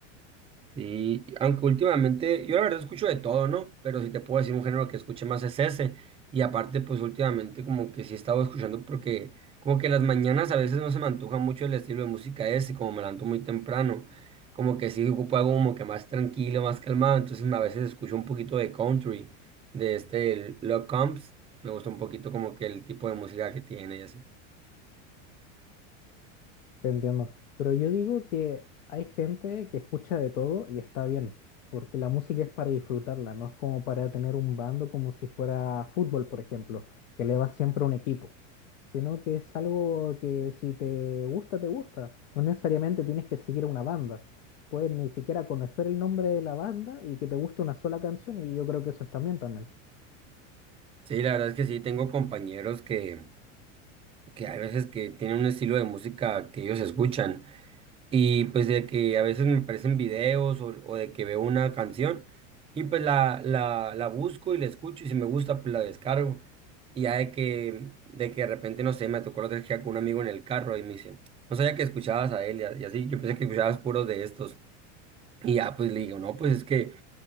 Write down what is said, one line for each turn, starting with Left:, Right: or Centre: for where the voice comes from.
Right: Y aunque últimamente, yo la verdad escucho de todo, ¿no? Pero si te puedo decir un género que escuche más es ese. Y aparte, pues últimamente como que sí he estado escuchando porque como que las mañanas a veces no se me antoja mucho el estilo de música ese, como me levanto muy temprano, como que sí ocupo algo como que más tranquilo, más calmado. Entonces a veces escucho un poquito de country, de este el Love Combs. Me gusta un poquito como que el tipo de música que tiene y así.
Left: Te entiendo. Pero yo digo que hay gente que escucha de todo y está bien, porque la música es para disfrutarla, no es como para tener un bando como si fuera fútbol, por ejemplo, que le va siempre a un equipo, sino que es algo que si te gusta, te gusta. No necesariamente tienes que seguir a una banda. Puedes ni siquiera conocer el nombre de la banda y que te guste una sola canción y yo creo que eso está bien también.
Right: Sí, la verdad es que sí, tengo compañeros que, que hay veces que tienen un estilo de música que ellos escuchan. Y pues de que a veces me aparecen videos o, o de que veo una canción y pues la, la, la busco y la escucho y si me gusta pues la descargo. Y ya de que, de que de repente, no sé, me tocó la otra vez que iba con un amigo en el carro y me dice, no sabía que escuchabas a él y, a- y así, yo pensé que escuchabas puros de estos. Y ya pues le digo, no, pues es que